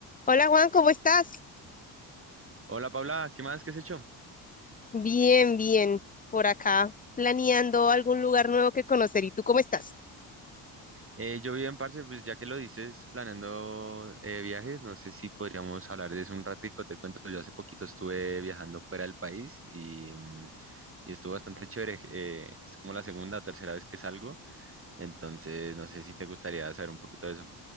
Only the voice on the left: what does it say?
Hola Juan, ¿cómo estás?
Bien, bien, por acá, planeando algún lugar nuevo que conocer. ¿Y tú cómo estás?